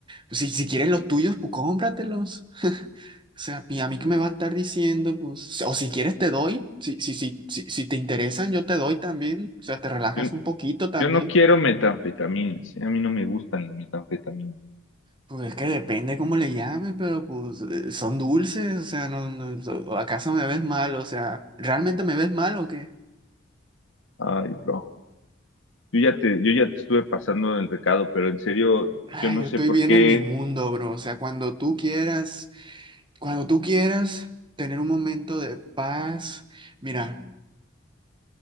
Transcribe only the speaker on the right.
pues, si, si quieres los tuyos, pues cómpratelos. O sea, ¿y a mí qué me va a estar diciendo? Pues, o si quieres te doy, si, si, si, si, si te interesan, yo te doy también. O sea, te relajas
un poquito también.
Pues es que depende cómo le llames, pero pues eh, son dulces, o sea, no, no, so- ¿acaso me ves mal? O sea, ¿realmente me ves mal o qué?
Ay,
yo
estoy
bien
en mi mundo, bro. O sea, cuando tú quieras, cuando tú quieras tener un momento de paz, mira.